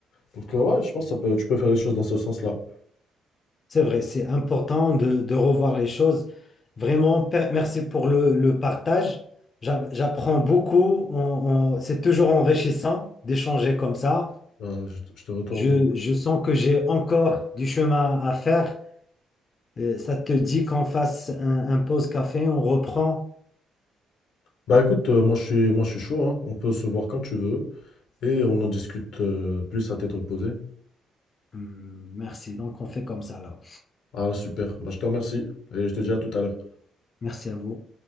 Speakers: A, on the left; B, on the left.
A: Donc, euh, ouais, je pense
B: mm.
A: que ça peut, tu peux faire les choses dans ce sens-là.
B: C'est vrai, c'est important de, de revoir les choses. Vraiment, per- merci pour le, le partage. J'a- J'apprends beaucoup. On- on- c'est toujours enrichissant d'échanger comme ça.
A: Euh, je, te je te retourne.
B: Je,
A: le-
B: je sens que j'ai encore du chemin à faire. Euh, ça te dit qu'on fasse un, un pause café, on reprend.
A: Bah écoute, euh, moi je suis, moi je suis chaud, hein. On peut se voir quand tu veux et on en discute euh, plus à tête reposée.
B: Hum, merci. Donc, on fait comme ça là.
A: Alors super, bah, je te remercie et je te dis à tout à l'heure.
B: Merci à vous.